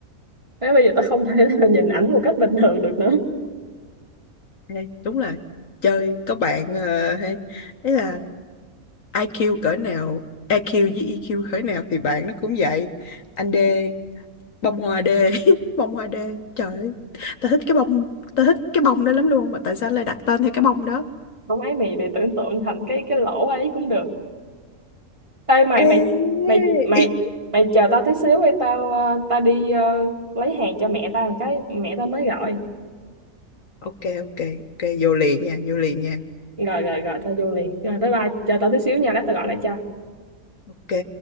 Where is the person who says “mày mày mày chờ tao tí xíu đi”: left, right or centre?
Right